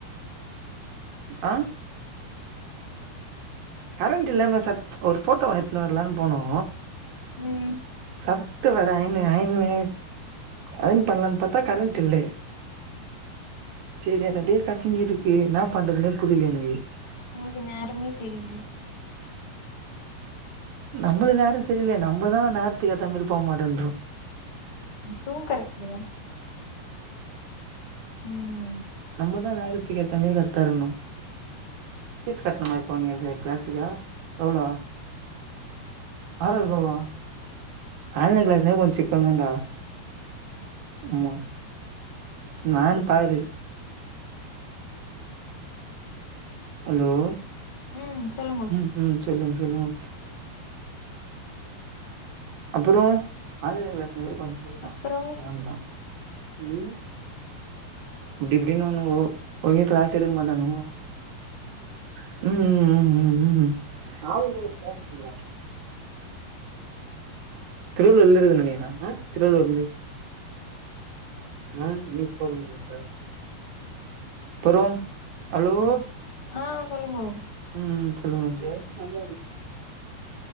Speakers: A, on the right (about 65°); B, on the left (about 50°).
A: ஆ கரண்ட் இல்லாம ச ஒரு ஃபோட்டோ ஒன்னு எத்துனு வரலானு போனோ
B: ம்
A: சர்டு வேற ஐனு ஐனு அயன் பண்லானு பாத்தா கரண்ட் இல்லே சேரி அது அப்டே கசங்கிருக்கு என்ன பண்றதுனே புரில எனக்கு
B: ஒங்களுக்கு நேரமே சரியில்ல
A: நம்மள நேரோ சரியில்ல நம்மதா நேரத்துக்கு ஏத்த மாரி போ மாட்டோன்றோ
B: அதூ கரெக்டுதா ம்
A: நம்மதா நேரத்துக்கு ஏத்தமாரி கரெக்டா இருக்கணு ஃபீஸ் கட்டனுமா நீ இப்போ நீ அதுக்கு கிளாஸுக்கு எவ்ளோ ஆறாய்ருபாவா ஆன்லைன் கிளாஸ்லே கொஞ்சோ செக் பன்லான்டா ஆமா நானு பாரு ஹலோ
B: ம் சொல்லுங்க
A: ம் ம் சொல்லுங்க சொல்லுங்க அப்பறோ ஆன்லைன் கிளாஸ்னாலே கொஞ்ச <unintelligible>
B: அப்புறோ
A: ஸ்கேம் தா ம் இப்டி இப்டினானுங்கோ ஒழுங்க கிளாஸ் எடுக்க மாட்டானுங்கோ ம் ம் ம் ம் ம் ம் திருவள்ளூர்ல இருக்குதுனு நெனக்கிறே திருவள்ளூர்ல அ நியூ ஸ்போக்கன் இங்லீஷ் சார் பறோ ஹலோ
B: ம் ஆ சொல்லுங்கோ
A: ம் சொல்லுங்க